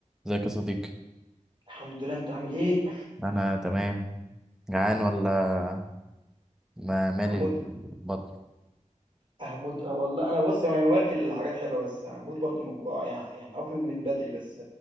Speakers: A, in the centre; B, on the right (about 40°).
A: ازيك يا صديقي
B: الحمد لله انت عامل ايه
A: انا تمام جعان ولا ما مالي
B: هموت
A: البطن
B: هموت اه والله انا بص انا واكل حاجات حلوه بس هموت برضو من الجوع يعني يعني واكل من بدري بس